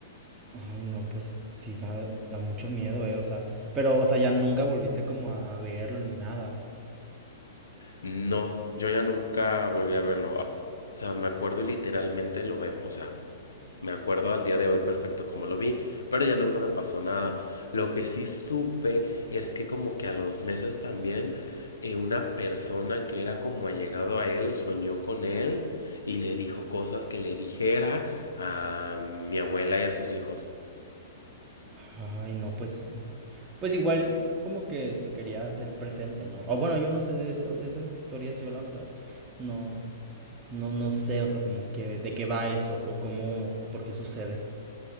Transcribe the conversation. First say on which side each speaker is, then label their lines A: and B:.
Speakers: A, on the right (about 25°); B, on the left (about 85°).
A: Ay, no, pues sí da, da mucho miedo, eh, o sea, pero, o sea, ya nunca volviste como a verlo ni nada.
B: No, yo ya nunca volví a verlo. O sea, me acuerdo y literalmente lo veo. O sea, me acuerdo al día de hoy perfecto como lo vi, pero ya nunca me pasó nada. Lo que sí supe es que como que a los meses también eh, una persona que era como allegado a él soñó con él y le dijo cosas que le dijera a mi abuela y a sus hijos.
A: Ay, no, pues, pues igual como que se quería hacer presente, ¿no? O bueno, yo no sé de eso, de esas historias, yo la verdad, no. No, no sé, o sea, como que de qué va eso o cómo, por qué sucede.